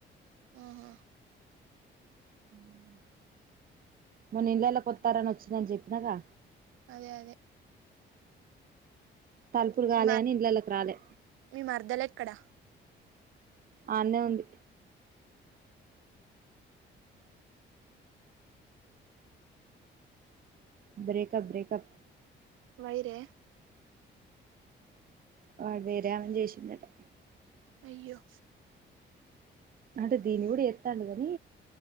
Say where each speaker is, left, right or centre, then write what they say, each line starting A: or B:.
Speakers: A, on the right; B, on the right.
A: ఆహా
B: హ <inaudible> మొన్న ఇళ్లేళ్ళ కొత్తారని వచ్చిందని చెప్పినాక
A: అదే అదే
B: తలుపులు కాలేదని
A: మీ మర్
B: ఇళ్ళకి రాలే
A: మీ మరదలు ఎక్కడ
B: అడ్నే ఉంది బ్రేకప్ బ్రేకప్
A: వై రే
B: వాడు వేరే ఆమెని చేసిండా టా
A: అయ్యో
B: అంటే దీని కూడా చే త్తాండు కనీ